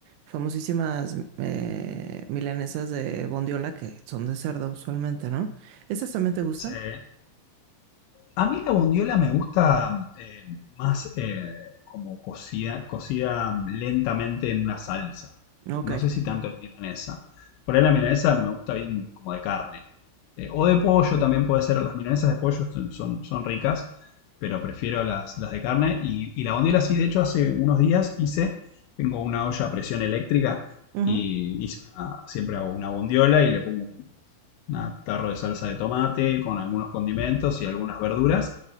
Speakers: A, on the right; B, on the left.
A: famosísimas eh, milanesas de bondiola que son de cerdo usualmente, ¿no? ¿Esas también te gustan?
B: Se, a mí la bondiola me gusta eh, más eh, como cocida, cocida lentamente en una salsa.
A: Ok.
B: No sé si tanto en milanesa. Por ahí la milanesa me gusta bien como de carne. Eh, o de pollo también puede ser. Las milanesas de pollo son, son, son ricas, pero prefiero las, las de carne. Y, y la bondiola sí, de hecho, hace unos días hice, tengo una olla a presión eléctrica
A: Ujú.
B: y hice una, siempre hago una bondiola y le pongo un un tarro de salsa de tomate con algunos condimentos y algunas verduras.